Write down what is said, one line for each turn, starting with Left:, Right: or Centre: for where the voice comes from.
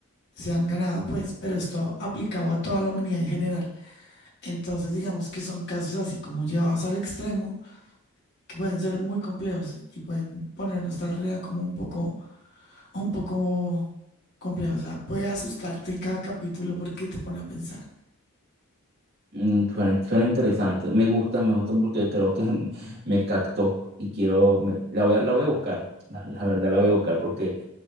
Left: se han ganado, pues, pero esto aplicado a toda la humanidad en general. Entonces, digamos que son casos así como llevados al extremo, que pueden ser muy complejos y pueden poner nuestra realidad como un poco, un poco compleja. O sea, puede asustarte cada capítulo porque te pone a pensar.
Right: Mm, Suena, suena interesante. Me gusta, me gusta porque creo que <laughs> me captó y quiero, me- la voy a, la voy a buscar. <laughs> La, la verdad la voy a buscar porque